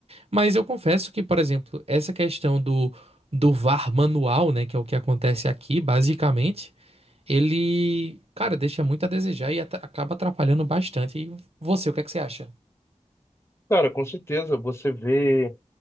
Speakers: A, on the right; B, on the left.
A: Mas eu confesso que, por exemplo, essa questão do, do VAR manual, né, que é o que acontece aqui, basicamente, ele, cara, deixa muito a desejar e ata- acaba atrapalhando bastante. E você, o que é que você acha?
B: Cara, com certeza, você vê,